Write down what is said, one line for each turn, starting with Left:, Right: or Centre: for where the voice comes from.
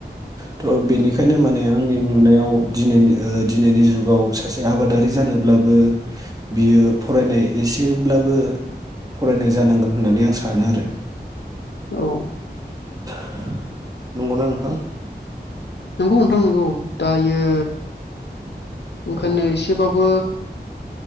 Right: थ' बेनिखायनो माने आंनि नुनायाव दिनैनि ओ दिनैनि जुगाव सासे आबादारि जानोब्लाबो बियो फरायनाय एसेब्लाबो फरायनाय जानांगोन होननानै आं सानो आरो।
Left: औ।
Right: <unintelligible> नंगौना नोंथां?
Left: नंगौ नोंथां नंगौ। दायो ओंखायनो
Right: औ
Left: एसेबाबो